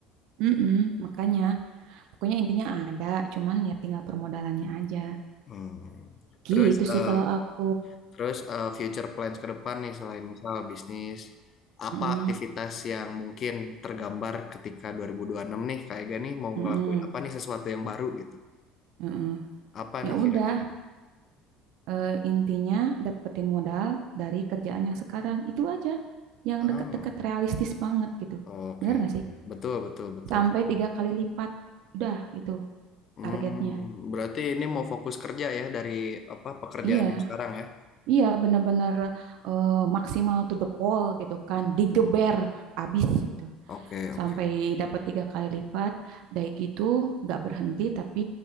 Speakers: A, on the right; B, on the left.
A: mm-mm, makanya pokoknya intinya ada, cuman ya tinggal permodalannya aja.
B: Hmm.
A: Gitu
B: Terus eh,
A: sih kalau aku.
B: terus eh, future plans ke depan nih selain misal bisnis apa
A: Mm-mm,
B: aktivitas yang mungkin tergambar ketika 2026 nih kayak gak nih mau
A: mm-mm,
B: ngelakuin apa nih sesuatu yang baru gitu
A: mm-mm.
B: apa nih
A: Ya
B: kira-kira
A: udah, eh, intinya dapetin modal dari kerjaan yang sekarang. Itu aja. Yang
B: ah
A: deket-deket realistis banget gitu.
B: oke
A: Bener gak sih?
B: oke. Betul betul betul
A: Sampai
B: betul
A: tiga kali lipat. Udah gitu
B: hmm,
A: targetnya.
B: berarti ini mau fokus kerja ya dari apa pekerjaan
A: Iya,
B: yang sekarang ya
A: iya bener-bener eh, maksimal to the pole gitu kan. Digeber
B: Hmm.
A: abis gitu.
B: Oke, oke.
A: Sampai dapat tiga kali lipat. Dari gitu gak berhenti tapi